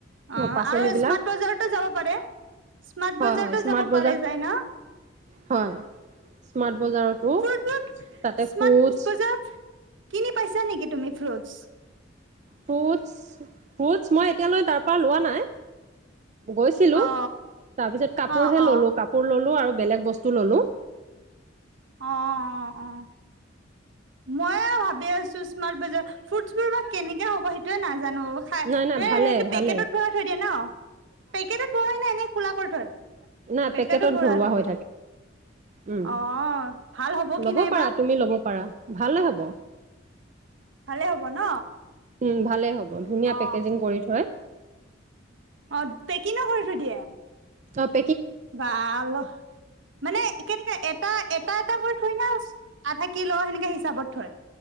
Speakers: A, on the right; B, on the right.
A: অ'
B: পাচলিবিলাক
A: আৰু স্মাৰ্ট বজাৰতো যাব পাৰে। স্মাৰ্ট
B: হয়
A: বজাৰতটো
B: হয় স্মাৰ্ট
A: যাব
B: বজাৰ
A: পা যায় না।
B: হয় স্মাৰট। বজাৰতো
A: ফ্ৰুটবোৰ
B: তাতে
A: স্মাৰ্ট
B: ফ্ৰুটছ,
A: বজাৰত কিনি পাইছা নেকি তুমি ফ্ৰুটছ।
B: ফুটচ-ফ্ৰুটছ মই এতিয়ালৈ তাৰ পৰা লোৱা নাই। গৈছিলো
A: অ
B: তাৰ পিছত কাপোৰহে
A: অ
B: ললো
A: অ
B: কাপোৰ ললো আৰু। বেলেক বস্তু ললোঁ।
A: অ-অ-অ মই ভাবি আছো স্মাৰ্ বজাৰ ফ্ৰুটছবোৰ বা কেনেকে হ'ব সেইটোয়ে নাজ নাজানো খাই
B: নাই নাই
A: মানে
B: ভালে ভালে
A: পেকেটত ভৰা থৈ দিয়ে ন পেকেটত ভৰাই নাই এনে খোলা কৰি থৈ,
B: নাই
A: পেকেটত ভৰা
B: ভৰোৱা
A: থাকে।
B: হৈ উম
A: অ' ভাল হ'ব কি
B: ল'ব
A: নাইবা।
B: পাৰা তুমি ল'ব পাৰা ভালে হ'ব।
A: ভালে হব ন।
B: উম, ভালে হ'ব ধুনীয়া
A: অ
B: পেকেজিং কৰি থয়।
A: অ' পেকিংন কৰি থৈ দিয়ে।
B: তাত
A: ভাল ল, মানে কেনেকা এপ এটা এটা এটা কৰি থৈ না আধা কিল, সেনেকে হিচাপত থয়।